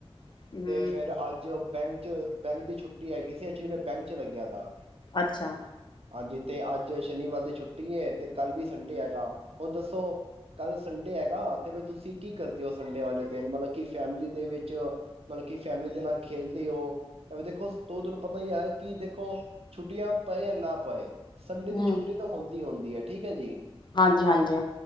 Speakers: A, on the left; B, on the right.
A: ਹਮ
B: ਤੇ ਫੇਰ ਅੱਜ ਬੈਂ ਕੀ ਚ ਬੈਂਕ ਦੀ ਛੁੱਟੀ ਹੈਗੀ ਸੀ। ਐਕਚਲੀ, ਮੈਂ ਬੈਂਕ ਚ ਲੱਗਿਆ ਦਾਂ।
A: ਅੱਛਾ।
B: ਹਾਂਜੀ ਤੇ ਅੱਜ ਸ਼ਨੀਵਾਰ ਦੀ ਛੁੱਟੀ ਏ, ਤੇ ਕੱਲ ਵੀ ਸੰਡੇ ਹੈਗਾ ਹੁਣ ਦੱਸੋ ਕੱਲ ਸੰਡੇ ਹੈਗਾ ਤੇ ਵੇ ਤੁਸੀਂ ਕੀ ਕਰਦੇ ਔ ਸੰਡੇ ਵਾਲੇ ਦਿਨ ਮਤਲਬ ਕੀ ਫੈਮਿਲੀ ਦੇ ਵਿੱਚ ਮਤਲਬ ਕੀ ਫੈਮਲੀ ਦੇ ਨਾਲ ਖੇਲਦੇ ਔ? ਐਵੇ ਦੇਖੋ ਤੋ ਤਾਨੂੰ ਪਤਾ ਈ ਐ ਕਿ ਦੇਖੋ ਛੁੱਟੀਆਂ ਪਏ ਯਾ ਨਾ ਪਏ ਸੰਡੇ
A: ਹਮ
B: ਦੀ ਛੁੱਟੀ ਤਾਂ ਹੁੰਦੀ ਹੁੰਦੀ ਐ, ਠੀਕ ਹੈ ਜੀ।
A: ਹਾਂਜੀ ਹਾਂਜੀ